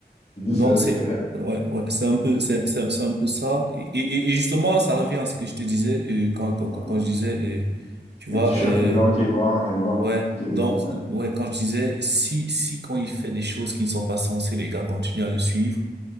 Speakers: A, on the left; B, on the right.
A: Je dis
B: Donc
A: ça, je
B: c'est
A: dis rien.
B: ouais ouais c'est un peu c'est c'est c'est un peu ça et, et, et justement ça revient à ce que je te disais euh, quand, quand
A: Hein.
B: quand quand je disais euh, tu
A: Le
B: vois
A: t-shirt
B: euh,
A: blanc qui est noir et noir
B: ouais
A: qui est blanc.
B: donc
A: Ouais.
B: ouais quand je disais si si quand il fait des choses qui ne sont pas sensées les gars continuent à le suivre